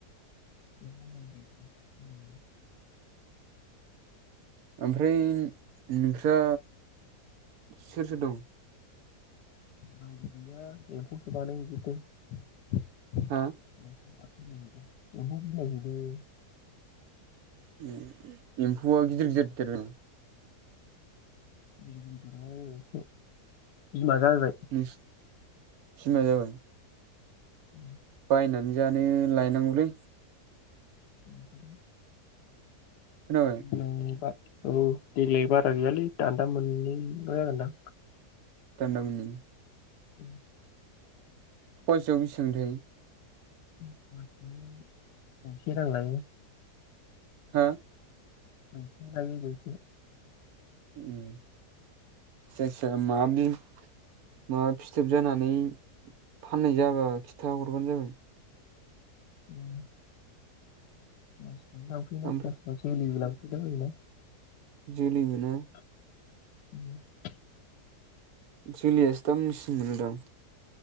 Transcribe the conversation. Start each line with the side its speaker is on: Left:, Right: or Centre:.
Left: <inaudible>
Right: ओमफ्राय नोंस्रा सोर सोर दं?
Left: <unintelligible>
Right: हा?
Left: <unintelligible>
Right: <unintelligible> एम्फौआ गिदिर गिदिर देरबाय
Left: <inaudible> बिमा जाबाय।
Right: नोंस बिमा जाबाय।
Left: <inaudible>
Right: बायनानै जानो लायनांगौलै।
Left: <inaudible>
Right: खोनाबाय।
Left: <unintelligible> औ देग्लाय बारा गैयालै दान्दा मोननैल' जागोनदां।
Right: दान्दा मोननै।
Left: <inaudible>
Right: फवासेयाव बेसेबांथाय?
Left: <inaudible> जौसे रां लायो।
Right: हा?
Left: <inaudible>
Right: उम जायखि जाया मा बि मा फिथोब जानानै फाननाय जाबा खिथा हरबानो जाबाय।
Left: <inaudible> <unintelligible>
Right: ओमफ्राय जोलै मोना।
Left: <unintelligible>
Right: जोलियासो दामसिन मोनो दांं।